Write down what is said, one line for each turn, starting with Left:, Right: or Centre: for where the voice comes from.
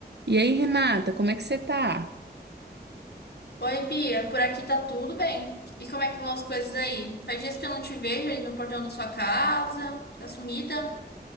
Right: E aí, Renata, como é que você tá?
Left: Oi, Bia, por aqui tá tudo bem. E como é que vão as coisas aí? Faz dias que eu não te vejo aí no portão da sua casa, tá sumida?